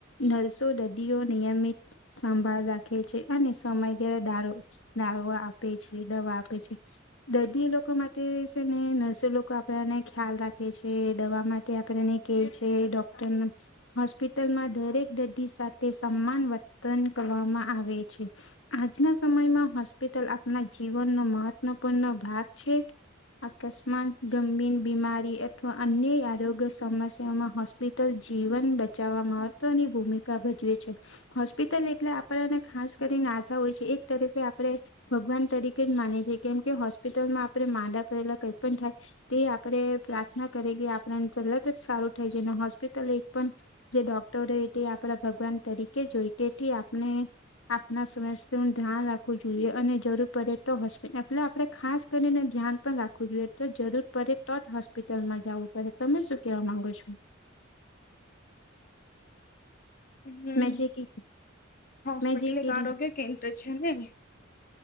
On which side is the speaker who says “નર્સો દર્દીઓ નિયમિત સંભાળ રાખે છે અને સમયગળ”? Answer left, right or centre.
Left